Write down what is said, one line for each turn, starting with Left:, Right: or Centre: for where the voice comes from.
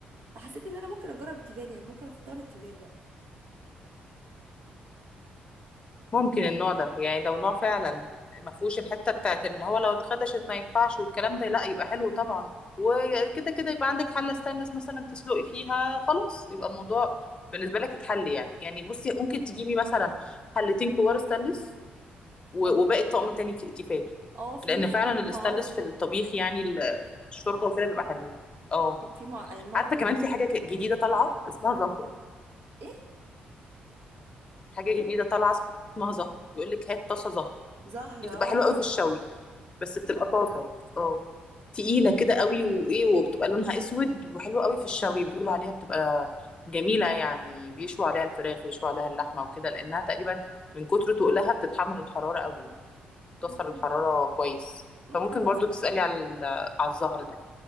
Right: فحسيت ان انا ممكن اجرب التيفال يعني ممكن اختار التيفال بقى
Left: ممكن النوع ده يعني لو نوع فعلا ما فيهوش الحته بتاعت اللي هو لو اتخدشت ما ينفعش والكلام ده لا يبقى حلو طبعا وكده كده يبقى عندك حله ستانلس مثلا تسلقي فيها خلاص يبقى الموضوع بالنسبه لك اتحل يعني يعني بصي ممكن تجيبي مثلا حلتين كبار ستانلس و-
Right: اه
Left: وباقي الطقم تاني ك- تيفال
Right: اه في
Left: لان فعلا
Right: في
Left: الستانلس
Right: معارض كده
Left: في الطبيخ يعني ال- الشوربه وكده بيبقى حلو اه
Right: في في مع... يعني المعرض
Left: عارفه
Right: اللي
Left: كمان
Right: انا
Left: في
Right: هروحه
Left: حاجه ك-
Right: كده
Left: جديده طالعه اسمها زهر
Right: ايه
Left: حاجه جديده طالعه اسمها زهر يقول لك هات طاسه زهر
Right: زهرة
Left: دي بتبقى
Right: اه
Left: حلوه قوي
Right: اه
Left: في الشوي بس بتبقى طاسه اه تقيله كده قوي وايه وبتبقى لونها اسود وحلوه قوي في الشوي بيقولوا عليها بتبقى جميله يعني بيشوا عليها الفراخ يشوا عليها اللحمه وكده لانها تقريبا من كتر تقلها بتتحمل الحراره قوي يعني بتوصل
Right: طب حلو
Left: الحراره
Right: ده
Left: كويس
Right: ممكن
Left: فممكن
Right: ابقى
Left: برضو
Right: اسال
Left: تسالي
Right: عليها
Left: على ال- على الزهر ده